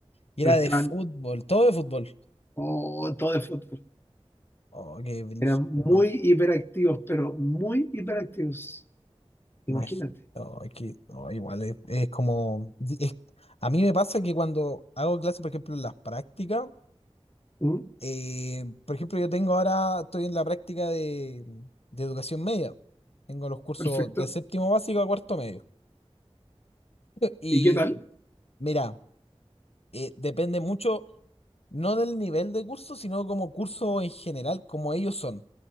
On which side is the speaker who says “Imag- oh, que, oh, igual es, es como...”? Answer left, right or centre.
Left